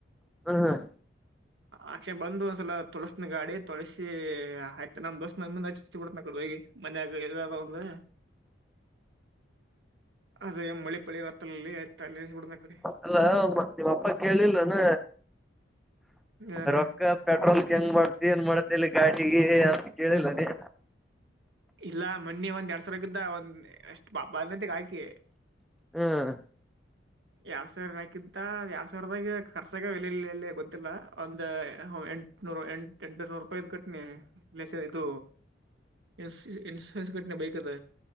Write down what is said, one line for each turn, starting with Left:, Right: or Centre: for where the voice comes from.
Centre: ಹ್ಮ್
Right: ಅಕ್ಷಣ ಬಂದು ಒಂದ್ಸಲ ತೊಳಸನ ಗಾಡಿ ತೊಳಸಿ ಆಯ್ತು ನಮ್ ದೋಸ್ ಮ ಮುಂದೆ ಬಿಿಡನ ಕಡೆ ಹೋಗಿ ಮನ್ಯಾಗ ಇಾರ ಒಂದ ಅದೇ ಮಳಿ ಪಳಿ ರತ್ರಲ್ಲಿ ಆಯ್ತಾ ಇಲ್ಲ ಸುಡನ ಕಡೆ
Centre: ಅಲ್ಲ ನಿಮ್ಮ ಅಪ್ಪ ಕೇಳಿಲ್ಲಾನ
Right: ಏನ
Centre: ರೊಕ್ಕ ಪೆಟ್ರೋಲ್ ಕೆ ಹೆಂಗ್ ಮಾಡ್ದ ಏನ್ ಮಾಡ ಮಲ್ಲಿ ಗಾಡಿಗೆ ಅಂತ ಕೇಳಿಲ್ಲದೇ
Right: ಇಲ್ಲ ಮಣಿ ಒಂದ್ ಎರಡ್ ಸಾವಿಕ್ಕ್ದ ಒಂದ್ ಅಷ್ಟ್ಾತಿಗ ಹಾಕಿ
Centre: ಹ್ಮ್
Right: ಎರಡ್ ಸಾವಿರಕಿಂತ ಎರಡ್ ಸಾವಿರದ ಖರ್ಚಾಗ ಎಲಲ್ಲಿ ಗೊತ್ತಿಲ್ಲ ಒಂದು ಎಂಟುನೂರು ಎಂ ಎಂಟನೂರು ರೂಪಾಯಿ ಕಟ್ನಿಸ ಇದು ಇನ್ ಇನ್ಸೂರೆನ್ಸ್ ಘಟನೆ ಬೇಕದ